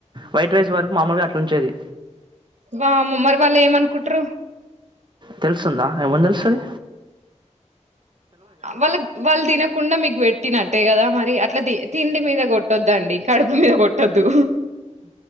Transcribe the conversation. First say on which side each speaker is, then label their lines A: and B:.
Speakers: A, on the right; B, on the right.
A: వైట్ రైస్ వరకు మామూలుగా అట్లా ఉంచేది
B: వా ముమ్మరి వాళ్ళ ఏమనుకుటు
A: తెల్సుందా ఇమంది తెలుసది
B: వాళ్ళ వాళ్ళు తినకుండా మీకు పెట్టినట్టే కదా మరి అట్లా తిండి మీద కొట్ పట్టొద్దండి కడుపు మీద కొట్టొద్దు